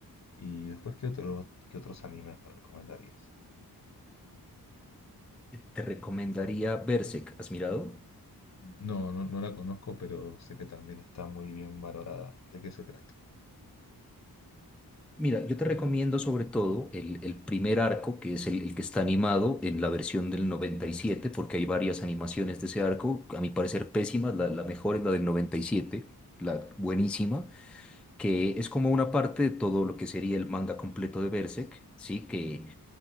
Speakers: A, on the left (about 45°); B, in the centre.
A: Y después, ¿qué otro, qué otros animes me recomendarías?
B: Te recomendaría Berserk, ¿has mirado?
A: No, no, no la conozco, pero sé que también está muy bien valorada. ¿De qué se trata?
B: Mira, yo te recomiendo sobre todo el, el primer arco, que es el, el que está animado en la versión del 97 porque hay varias animaciones de ese arco, a mi parecer pésimas, la, la mejor es la del 97 la buenísima, que es como una parte de todo lo que sería el manga completo de Berserk, ¿sí? Que,